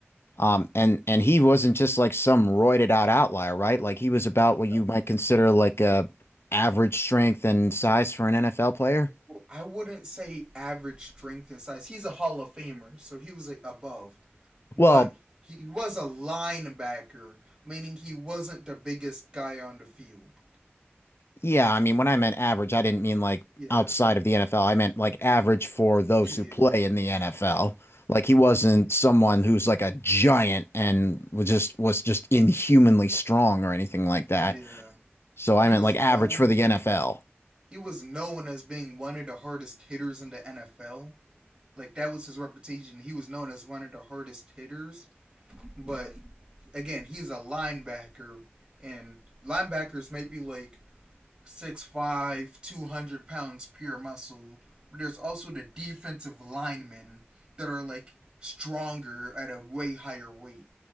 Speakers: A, on the left (about 70°); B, on the right (about 15°).
A: um, and and he wasn't just like some roided out outlier, right? Like he was about what
B: no.
A: you might consider like a average strength and size for an NFL player.
B: Well, I wouldn't say average strength and size. He's a Hall of Famer, so he was like above but
A: Well,
B: he was a linebacker, meaning he wasn't the biggest guy on the field.
A: Yeah, I mean, when I meant average, I didn't mean like
B: Yeah,
A: outside of the NFL. I meant like average for those
B: yeah,
A: who
B: yeah,
A: play
B: yeah.
A: in the NFL. Like he wasn't someone who's like a giant and was just was just inhumanly strong or anything like that.
B: yeah.
A: So I
B: He
A: meant
B: was
A: like average
B: known.
A: for the NFL.
B: He was known as being one of the hardest hitters in the NFL. Like that was his reputation. He was known as one of the hardest hitters. But again, he's a linebacker, and linebackers might be like Six five, two hundred pounds pure muscle. But there's also the defensive linemen that are like stronger at a way higher weight.